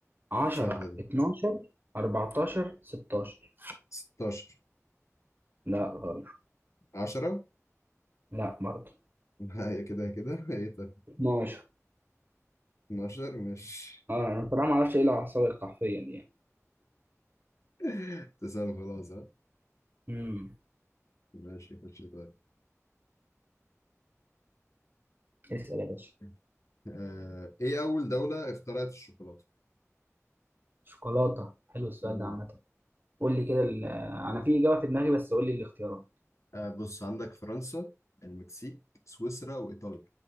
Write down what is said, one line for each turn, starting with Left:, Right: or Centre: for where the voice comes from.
Right: 10
Left: سهلة دي
Right: 12 14 16
Left: 16
Right: لا غلط
Left: 10
Right: لا برضه
Left: هي كده كده <laughs> ايه طيب
Right: 12
Left: 12 ماشي
Right: اه انا بصراحه ما اعرفش ايه العصايه القحفيه دي يعني
Left: <laughs> تسأل خلاص ها
Right: امم
Left: ماشي خش طيب
Right: اسال يا باشا
Left: مم. آه، ايه أول دولة اخترعت الشوكولاتة؟
Right: شوكولاتة حلو السؤال
Left: مم.
Right: ده عامة قول لي كده ال- انا في اجابه في دماغي بس قول لي الاختيارات
Left: آه بص عندك فرنسا المكسيك سويسرا وإيطاليا